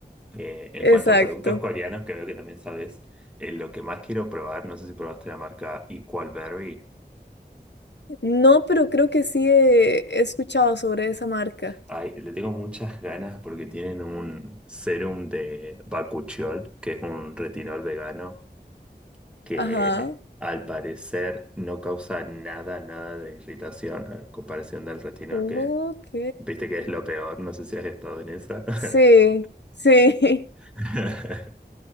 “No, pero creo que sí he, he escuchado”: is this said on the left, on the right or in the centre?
Left